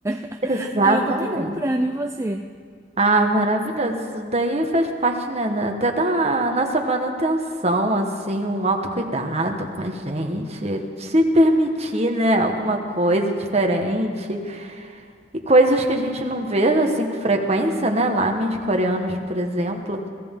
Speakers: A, on the right (about 15°); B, on the right (about 35°).
A: <laughs>
B: exatamente.
A: Aí eu acabei comprando. E você?
B: Ah, maravilhoso. Isso daí faz parte, né, da- até da nossa manutenção, assim, um autocuidado com a gente, se permitir, né, alguma coisa diferente e coisas que a gente não vê assim com frequência, né, lá, mas coreanos, por exemplo.